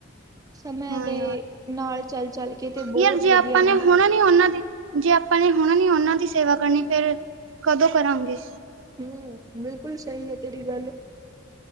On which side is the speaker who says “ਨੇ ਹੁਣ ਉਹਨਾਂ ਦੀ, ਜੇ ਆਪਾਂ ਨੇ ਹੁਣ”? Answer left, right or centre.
Right